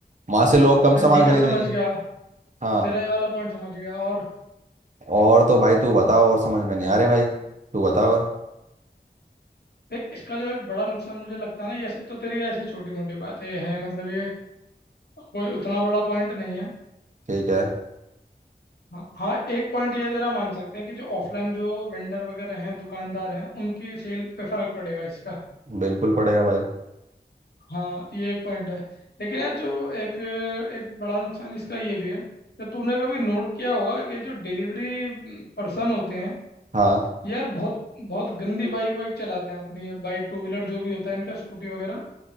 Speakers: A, on the right (about 45°); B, on the left (about 70°).
A: वहां से लोग कम
B: चल
A: सामान
B: ठीक
A: खरीदेंगे
B: है समझ गया
A: हाँ
B: तेरा ये वाला पॉइंट समझ गया और
A: और तो भाई तू बताओ और समझ में नहीं आ रहे भाई तू बताओ और
B: देख इसका जो एक बड़ा नुकसान मुझे लगता है ना ये सब तो तेरी ऐसी छोटी मोटी बातें हैं मतलब ये कोई उतना बड़ा पॉइंट नहीं है
A: ठीक है
B: हाँ हाँ एक पॉइंट ये तेरा मान सकते हैं कि जो ऑफलाइन जो वेंडर वगैरह हैं दुकानदार हैं उनकी सेल पे फर्क पड़ेगा इसका
A: बिल्कुल पड़ेगा भाई
B: हाँ ये एक पॉइंट है लेकिन यार जो एक एक बड़ा नुकसान इसका ये भी है कि तूने कभी नोट किया होगा कि जो डिलीवरी पर्सन होते हैं
A: हाँ
B: ये यार बहुत बहुत गंदी बाइक वाइक चलाते हैं अपनी बाइक टू व्हीलर जो भी होता है इनका स्कूटी वगैरह